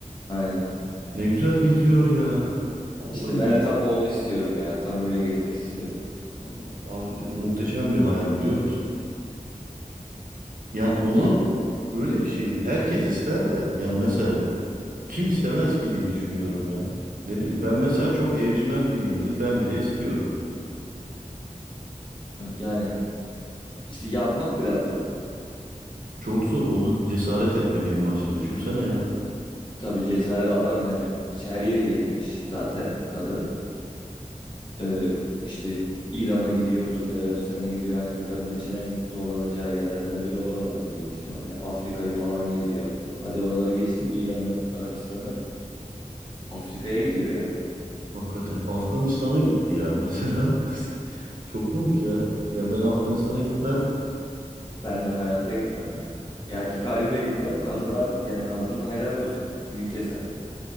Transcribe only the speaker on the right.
Ne güzel geziyor ya. Vallahi,
mu
Vallahi abi, muhteşem bir hayal biliyor musun? Yani onu
öyle bir şeyi herkes ister de yani mesela Kim istemez ki diye düşünüyorum ya. Ne bileyim ben mesela çok evcimen biriyimdir. Ben bile istiyorum.
Çok zor onu cesaret etmek en başta düşünsene ya.
Hakikaten Afganistan'a gitti ya mesela. <laughs> Çok komik ya. Ya ben Afganistan'a gitmezdim.